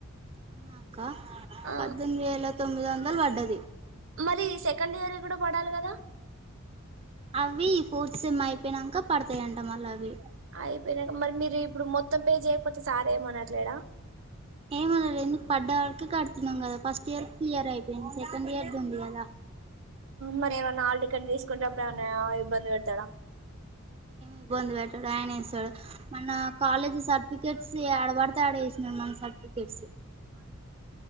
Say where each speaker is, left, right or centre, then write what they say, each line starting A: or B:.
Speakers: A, on the right; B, on the right.
A: అనాక
B: ఆ
A: పద్దెనిమిది వేల తొమ్మిది వందలు పడ్డది
B: మరి సెకండ్ ఇయర్ కూడా పడాలి కదా
A: అవి ఈ ఫోర్త్ సిమ్ అయిపోయినాక పడతాయింట మళ్ళ అవి
B: అయిపోయినాక మరి మీరు ఇప్పుడు మొత్తం పే చేయకపోతే సార్ ఏమనట్లేడా
A: ఏమనలేదు ఎందుకు పడ్డ వాళ్కి కడుతున్నాం కదా ఫస్ట్ ఇయర్ క్లియర్ అయిపోయింది సెకండ్ ఇయర్ ద ఉంది కదా
B: మరి ఏమైన్నా ఆళ్ కెన్ తీసుకుంటే అప్పుడు ఏమైనా ఇబ్బంది పెడతాడా
A: ఇబ్బంది పెట్టాడు ఆయన వస్తాడు మన కాలేజీ సర్టిఫికెట్స్ ఆడబడితే ఆడసినాడు మన సెట్స్